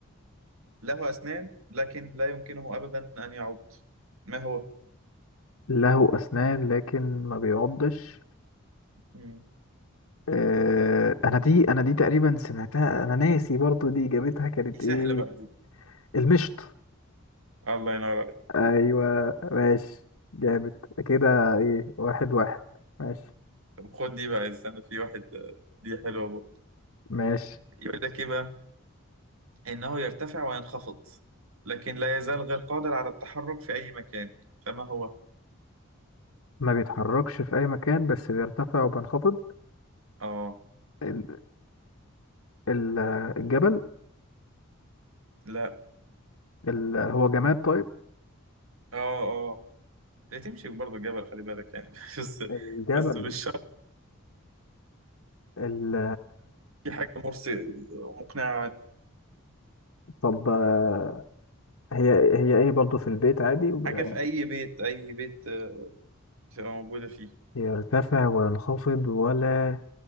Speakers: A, on the right (about 70°); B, on the left (about 75°).
A: له أسنان لكن لا يمكنه أبدا أن يعض ما هو؟
B: له أسنان لكن ما بيعضش
A: مم.
B: آه أنا دي أنا دي تقريبا سمعتها أنا ناسي برضو دي إجابتها كانت
A: دي سهلة
B: إيه
A: بقى دي
B: المشط
A: الله ينور
B: أيوة ماشي جامد كده إيه واحد واحد ماشي
A: طب خد دي بقى استنى في واحد آه، دي حلوة برضه
B: ماشي
A: يقول لك إيه بقى إنه يرتفع وينخفض لكن لا يزال غير قادر على التحرك في أي مكان فما هو؟
B: ما بيتحركش في أي مكان بس بيرتفع وبينخفض
A: آه
B: ال- ال- الجبل
A: لا
B: ال... هو جماد طيب
A: آه آه لا تمشي برضه الجبل خلي بالك يعني <laughs> بس
B: الجبل
A: بس مش شرط
B: ال...
A: في حاجة مرسي مقنعة عنها
B: طب آه، هي هي ايه برضو في البيت عادي وب-
A: حاجة في أي بيت أي بيت آه، بتبقى موجودة فيه
B: يرتفع وينخفض ولا